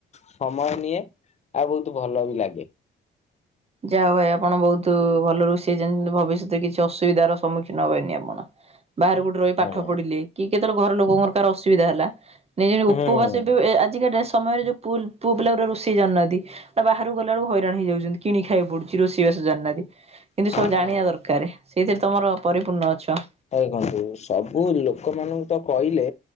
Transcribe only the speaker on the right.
ଯାହାହଉ ଭାଇ ଆପଣ ବହୁତ ଭଲ ରୋଷେଇ ଜାଣି ଭବିଷ୍ୟତରେ କିଛି ଅସୁବିଧାର ସମ୍ମୁଖୀନ ହବେନି ଆପଣ। ବାହାରେ କୋଉଟି ରହି
ପାଠ ପଢିଲେ, କି କେତେବେଳେ ଘର ଲୋକଙ୍କର କାହାର ଅସୁବିଧା ହେଲା। ନିଜର ଉପବାସ
ବି ଏ ଆଜିକା ଡେ ସମୟରେ ଯୋଉ ପୁଲ୍ ପୁଅ ପିଲା ଗୁରା ରୋଷେଇ ଜାଣୁନାହାନ୍ତି, ବାହାରୁ ଗଲା ବେଳକୁ ହଇରାଣ ହେଇଯାଉଛନ୍ତି। କିଣି ଖାଇବାକୁ ପଡୁଛି ରୋଷେଇ ବାସ ଜାଣିନାହାନ୍ତି। କିନ୍ତୁ ସବୁ
ଜାଣିବା ଦରକାର ସେଇଥିରେ ତମର ପରିପୂର୍ଣ୍ଣ ଅଛ।